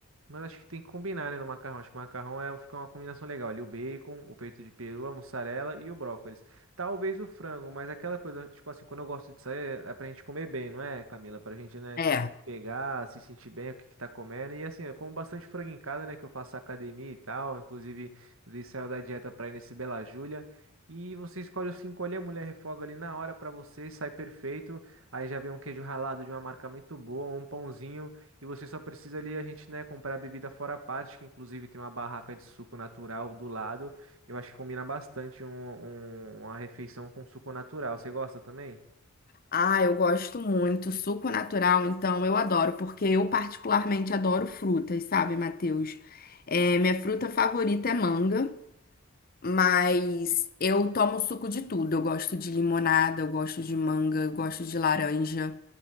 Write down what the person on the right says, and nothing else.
mas acho que tem que combinar, né, no macarrão. Acho que o macarrão é, fica uma combinação legal. Ali o bacon, o peito de peru, a mussarela e o brócolis. Talvez o frango, mas é aquela coisa, tipo assim, quando eu gosto de sair, é é pra gente comer bem, não é, Camila? Pra gente, né,
pegar, se sentir bem, o que que tá comendo. E assim, eu como bastante frango em casa, né, que eu faço academia e tal. Inclusive, ele saiu da dieta pra ir nesse Bela Júlia. E você escolhe os cinco ali, a mulher refoga ali na hora pra você, sai perfeito. Aí já vem um queijo ralado de uma marca muito boa, um pãozinho. E você só precisa ali a gente, né, comprar a bebida fora a parte, que inclusive tem uma barraca de suco natural do lado. Eu acho que combina bastante um- um- uma refeição com suco natural. Você gosta também?